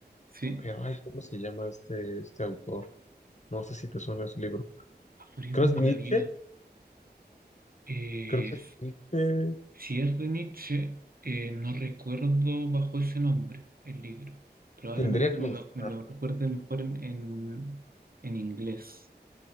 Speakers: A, on the right (about 55°); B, on the left (about 40°).
A: sí,
B: pero ay, ¿cómo se llama este, este autor? No sé si te suena ese libro.
A: aforismos
B: Creo es
A: de
B: Nietzsche,
A: la vida. Eh,
B: creo que
A: s-
B: es Nietzsche.
A: si es de Nietzsche, eh, no recuerdo bajo ese nombre el libro. Probablemente
B: Tendría que
A: me
B: buscarlo.
A: lo, me lo recuerde mejor en, en, en inglés.